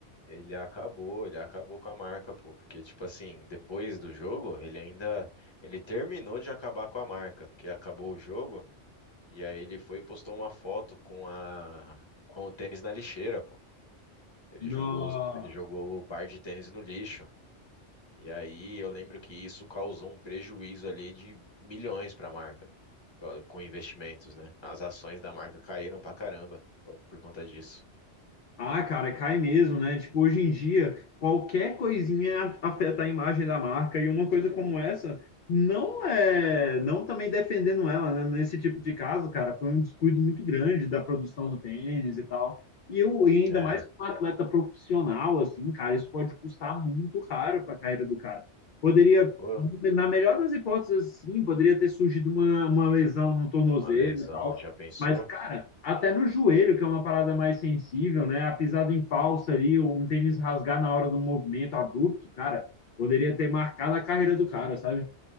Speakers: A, on the left; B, on the left.
A: Ele acabou, ele acabou com a marca, pô, porque tipo assim, depois do jogo, ele ainda ele terminou de acabar com a marca, porque acabou o jogo e aí ele foi e postou uma foto com a com o tênis na lixeira, pô. Ele
B: Nossa.
A: jogou os- ele jogou o par de tênis no lixo. E aí eu lembro que isso causou um prejuízo ali de milhões para a marca, co- com investimentos, né? As ações da marca caíram pra caramba co- por conta disso.
B: Ah, cara, cai mesmo, né? Tipo, hoje em dia, qualquer coisinha afeta a imagem da marca e uma coisa como essa não é, não também defendendo ela, né? Nesse tipo de caso, cara, foi um descuido muito grande da produção do tênis e tal. E eu, e ainda
A: É,
B: mais para um atleta profissional, assim, cara, isso pode custar muito caro para a carreira do cara. Poderia,
A: pô,
B: na melhor das hipóteses, sim, poderia ter surgido uma, uma lesão no tornozelo,
A: uma lesão, já pensou?
B: mas, cara, até no joelho, que é uma parada mais sensível, né? A pisada em falsa ali, um tênis rasgar na hora do movimento abrupto, cara, poderia ter marcado a carreira do cara, sabe?